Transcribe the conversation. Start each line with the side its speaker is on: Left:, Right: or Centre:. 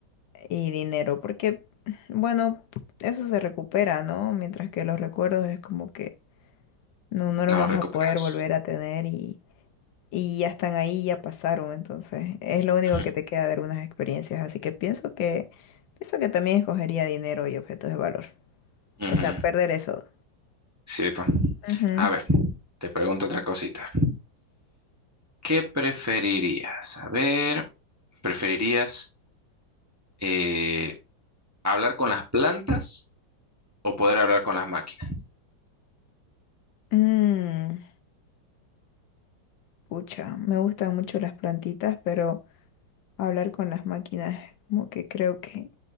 Left: y dinero, porque, bueno, eso se recupera, ¿no? Mientras que los recuerdos es como que no, no los
Right: No
Left: vas
Right: lo recuperas.
Left: a poder volver a tener y, y ya están ahí, ya pasaron, entonces es lo único
Right: Ujú.
Left: que te queda de algunas experiencias, así que pienso que, pienso que también escogería dinero y objetos de valor.
Right: Ujú.
Left: O sea, perder eso.
Right: Sí, pues.
Left: Ujú.
Right: A ver, te pregunto otra cosita. ¿Qué preferirías? A ver, ¿preferirías eh, hablar con las plantas o poder hablar con las máquinas?
Left: Mm, pucha, me gustan mucho las plantitas, pero hablar con las máquinas es como que creo que